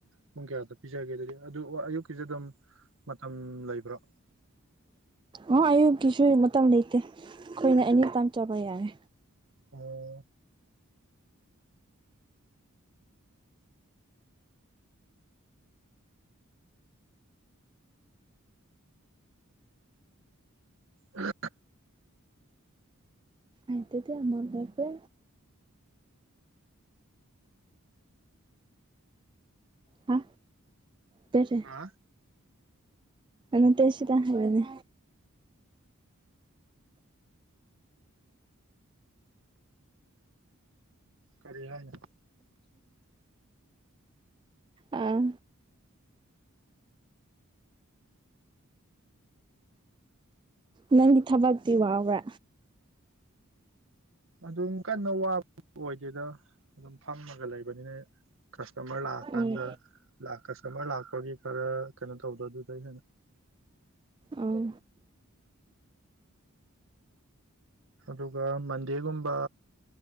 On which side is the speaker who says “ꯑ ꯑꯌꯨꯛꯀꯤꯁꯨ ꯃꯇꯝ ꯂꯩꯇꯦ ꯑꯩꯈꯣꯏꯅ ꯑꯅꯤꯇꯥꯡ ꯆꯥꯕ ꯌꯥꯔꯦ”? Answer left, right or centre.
Right